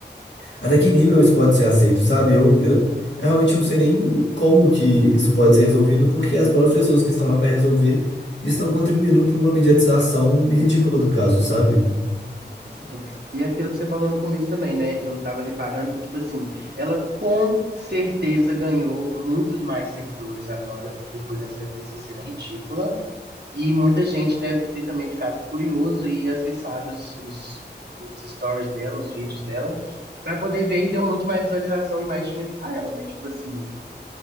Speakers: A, on the left; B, on the right.
A: até que nível isso pode ser aceito, sabe? Eu, eu, eu realmente não sei nem como que isso pode ser resolvido, porque as próprias pessoas que estão lá para resolver estão contribuindo para uma mediatização ridícula do caso, sabe?
B: Com certeza. E é aquilo que você falou no começo também, né? Eu tava reparando que, tipo assim, ela com certeza ganhou muitos mais seguidores agora, depois dessa, dessa cena ridícula. E muita gente deve ter também ficado curioso e acessado os, os, os stories dela, os vídeos dela, pra poder ver e deu muito mais visualização e mais dinheiro pra ela, né? Tipo assim,